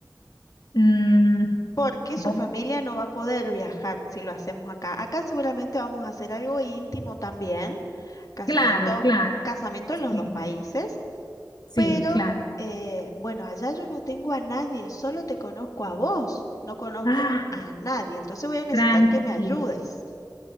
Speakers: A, on the left; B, on the left.
A: Mm,
B: porque
A: voy-
B: su familia no va a poder viajar si lo hacemos acá. Acá seguramente vamos a hacer algo íntimo también, casamiento,
A: Claro, claro.
B: casamiento en los
A: Sí,
B: dos países,
A: sí,
B: pero
A: claro.
B: eh, bueno, allá yo no tengo a nadie, solo te conozco a vos, no conozco
A: Ah,
B: a nadie, entonces voy a necesitar
A: tranquila,
B: que me ayudes.